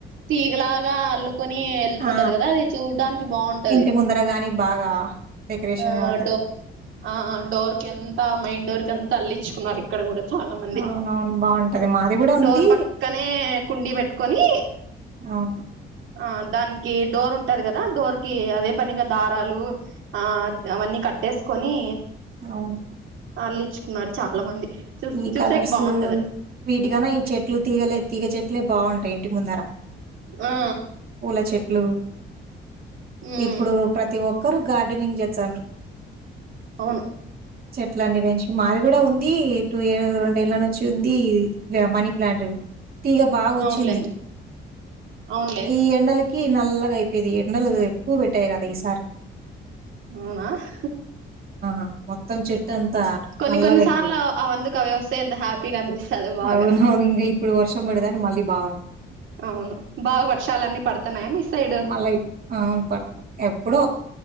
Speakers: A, on the right; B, on the right.
A: తీగలాగా అల్లుకొని ఎళ్ళిపోతది
B: ఆ!
A: కదా అది చూడ్డానికి బాగుంటది
B: ఇంటి ముందర గాని బాగా డెకరేషన్గా
A: ఆ
B: ఉంటది.
A: డో ఆ డోర్కి అంతా మెయిన్డోర్కి అంతా అల్లిచ్చుకున్నారు ఇక్కడ కూడా. చాలా మంది.
B: అవునవును. బావుంటది. మాది గూడా ఉంది.
A: డోర్ పక్కనే కుండీ పెట్టుకొని
B: అవును
A: ఆ దానికి డోర్ ఉంటది కదా డోర్కి అదే పనిగా దారాలు ఆ అవన్నీ కట్టేసుకొని
B: అవును
A: అల్లిచ్చుకున్నారు చాలా మంది. చూ
B: ఈ
A: చూసేకి
B: కలర్స్
A: బాగుంటది అట్లా
B: వీటికన్నా ఈ చెట్లు తీగలే తీగచెట్లే బావుంటయి ఇంటి ముందర.
A: ఆ
B: పూలచెట్లు
A: ఉమ్
B: ఇప్పుడు ప్రతి ఒక్కరు గార్డెనింగ్ జేసాన్ ర్రు
A: అవును
B: చెట్ లన్నీ పెంచ్ మాది కూడా ఉంది టూ ఇయర్ రెండేళ్ల నుంచి ఉంది మనీ ప్లాంటు తీగ బావోచ్చింది
A: అవునులే అవునులే
B: ఈ ఎండల్ కి నల్లగయిపెది ఎండలు ఎక్కు పెట్టాయి కదా ఈసార్
A: ఔనా ఆహ్
B: ఆ మొత్తం చెట్టు అంతా
A: కొన్ని
B: నల్లగయిపెంద్
A: కొన్ని సార్లు అవందుకు అవి వస్తే ఎంత హ్యాపీగా అనిపిస్తది బాగా
B: ఔను వింగ ఇప్పుడు వర్షం బడదని మళ్ళీ బాఉ
A: అవును బాగా వర్షాలన్నీ పడుతున్నాయా మీ సైడ్
B: ఉమ్ మల్లాయ్ ఔన్ పడు ఏవ్ పుడు